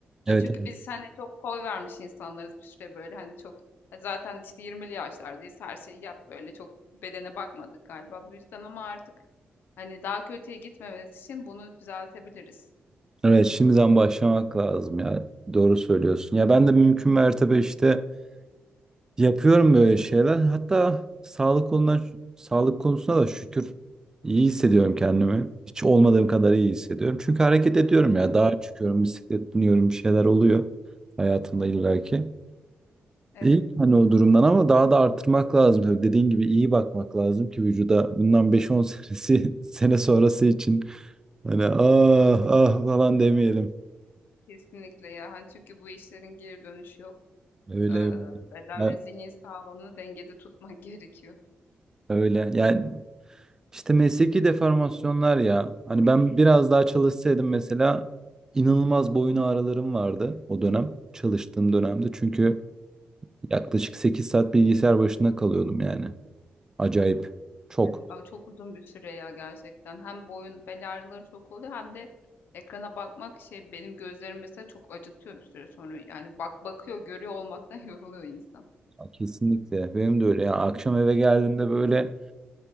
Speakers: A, on the right; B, on the left.
A: Evet,
B: E, Çünkü
A: evet.
B: biz hani çok koy vermiş insanlarız bir süre böyle hani çok e, zaten işte 20'li yaşlardayız her şeyi yap böyle çok bedene bakmadık galiba bu yüzden ama artık hani daha kötüye gitmemesi için bunu düzeltebiliriz.
A: Evet, şimdiden başlamak lazım ya. Doğru söylüyorsun. Ya ben de mümkün mertebe işte Yapıyorum böyle şeyler. Hatta sağlık konudan, sağlık konusuna da şükür iyi hissediyorum kendimi. Hiç olmadığım kadar iyi hissediyorum. Çünkü hareket ediyorum ya.
B: Çok
A: Dağa
B: iyi.
A: çıkıyorum, bisiklet biniyorum, bir şeyler oluyor hayatımda illaki.
B: Evet
A: İyi hani o durumdan ama daha da artırmak lazım. Tabii dediğin gibi iyi bakmak lazım ki vücuda bundan beş on senesi, <laughs> sene sonrası için hani ah ah falan demeyelim.
B: kesinlikle ya hani çünkü bu işlerin geri dönüşü yok.
A: Öyle.
B: Ee, beden
A: Ya-
B: ve zihin sağlığını dengede tutmak <laughs> gerekiyor.
A: Öyle. Yani İşte mesleki deformasyonlar ya. Hani ben biraz daha çalışsaydım mesela inanılmaz boyun ağrılarım vardı o dönem. Çalıştığım dönemde. Çünkü yaklaşık 8 saat bilgisayar başında kalıyordum yani. Acayip. Çok.
B: Ay, ama çok uzun bir süre ya gerçekten. Hem boyun bel ağrıları çok oluyor hem de ekrana bakmak şey benim gözlerim mesela çok acıtıyor bir süre sonra. Yani bak bakıyor görüyor olmaktan <laughs> yoruluyor insan.
A: Kesinlikle. Benim de öyle. Yani akşam eve geldiğimde böyle